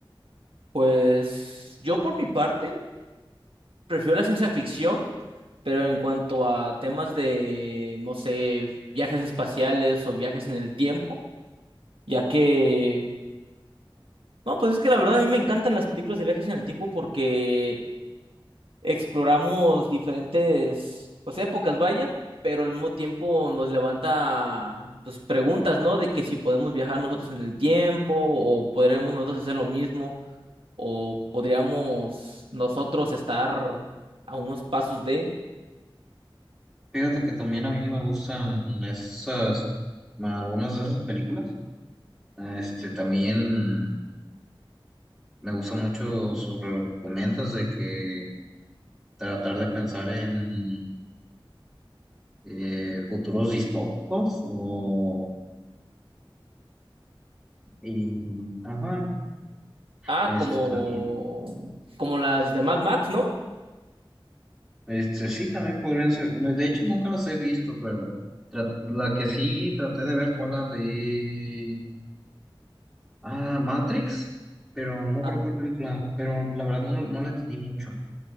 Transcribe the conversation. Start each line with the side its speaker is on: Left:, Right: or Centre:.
Right: Pues yo por mi parte, prefiero la ciencia ficción, pero en cuanto a temas de, no sé, viajes espaciales o viajes en el tiempo, ya que, no, pues es que la verdad a mí me encantan las películas de viajes en el tiempo porque exploramos diferentes, pues épocas, vaya, pero al mismo tiempo nos levanta, pues preguntas, ¿no? De que si podemos viajar nosotros en el tiempo o podremos nosotros hacer lo mismo o podríamos nosotros estar a unos pasos de...
Centre: Fíjate que también a mí me gustan esas, ma- algunas de esas películas. Este, también me gusta mucho sobre lo que comentas de que tratar de pensar en eh, futuros distópicos o, y, ajá,
Right: Ah,
Centre: este
Right: como,
Centre: también,
Right: como las de Mad Max, ¿no?
Centre: este sí, también podrían ser. De hecho, nunca las he visto, pero tra- la que sí traté de ver fue la de, ah, Matrix, pero no me acuerdo
Right: Ah,
Centre: cuál película, pero la verdad no, no la entendí mucho.